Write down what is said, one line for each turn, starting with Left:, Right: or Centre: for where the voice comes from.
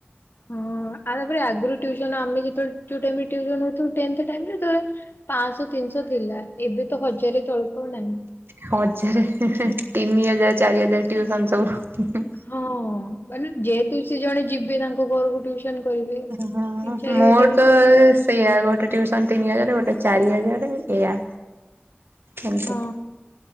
Left: ହଁ, ଆ ତାପରେ ଆଗରୁ ଟ୍ୟୁସନ୍‌ ଆମେ ଯେତେବେଳେ ଟ୍ୟୁଟ୍ରାଲ୍ ରେ ଟ୍ୟୁସନ୍‌ ହଉଥୁଲୁ, ଟେନ୍‌ଥ ଟାଇମ୍ ରେ ସେତେବେଳେ ପାଁଶହ, ତିନିଶହ ଥିଲା। ଏବେ ତ ହଜାରେ ତଳକୁ ଆଉ ନାହିଁ।
Right: ହଜାରେ ହେଁ, ହେଁ, ତିନି ହଜାର, ଚାରି ହଜାର ଟ୍ୟୁସନ୍‌ ସବୁ।
Left: ହଁ-ଅ-ଅ, ମାନେ ଯେହେତୁ ସେ ଜଣେ ଯିବେ ତାଙ୍କ ଘରକୁ ଟ୍ୟୁ ସନ୍‌ କରିବେ।
Right: ଓହୋ,
Left: ତିନି ଚାରି
Right: ମୋର
Left: ହଜାରରୁ
Right: ତ
Left: ପଡିବ
Right: ଏସ ଏଇଆ, ଗୋଟେ ଟ୍ୟୁସନ୍‌ ତିନି ହଜାର, ଗୋଟେ ଚାରି ହଜାର, ଏଇଆ। ଏମିତି
Left: ହଁ,